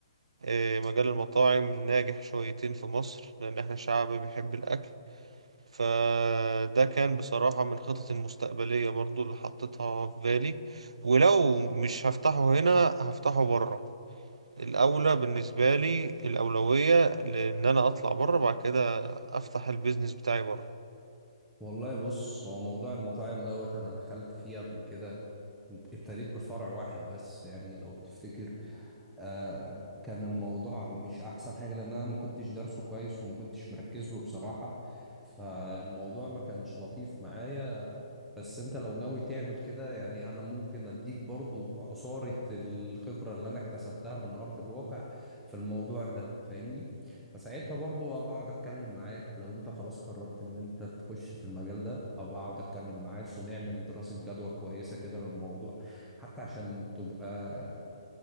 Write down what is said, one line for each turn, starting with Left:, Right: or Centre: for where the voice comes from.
Right: آه، مجال المطاعم ناجح شويتين في مصر لان احنا شعب بيحب الاكل فده كان بصراحة من خطط المستقبلية برضو اللي حطيتها في بالي ولو مش هفتحه هنا هفتحه بره الأولى بالنسبة لي الأولوية لإن أنا أطلع بره بعد كده أفتح البيزنس بتاعي بره
Centre: والله بص هو موضوع المطاعم دوت انا دخلت فيه قبل كده ابتديت بفرع واحد بس يعني لو تفتكر آه كان الموضوع مش احسن حاجة لان انا ما كنتش دارسه كويس وما كنتش مركز له بصراحة فالموضوع ما كانش لطيف معايا بس انت لو ناوي تعمل كده يعني انا ممكن اديك برضو عصارة الخبرة اللي انا اكتسبتها من ارض الواقع في الموضوع ده فاهمني فساعتها برضو بقعد اتكلم معاك لو انت خلاص قررت ان انت تخش في المجال ده هبقعد اتكلم معاك ونعمل دراسة جدوى كويسة كده للموضوع حتى عشان تبقى